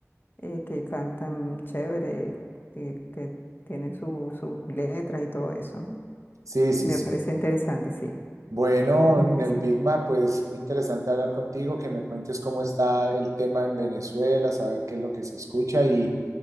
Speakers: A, on the left (about 40°); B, on the right (about 90°).
A: eh, que cantan chévere, que, que tienen su- sus letras y todo eso, ¿no?
B: Sí, sí,
A: Y me
B: sí.
A: parece interesante, sí,
B: Bueno,
A: de verdad
B: en
A: que
B: el
A: sí.
B: Bigma, pues muy interesante hablar contigo, que me cuentes cómo está el tema en Venezuela, saber qué es lo que se escucha y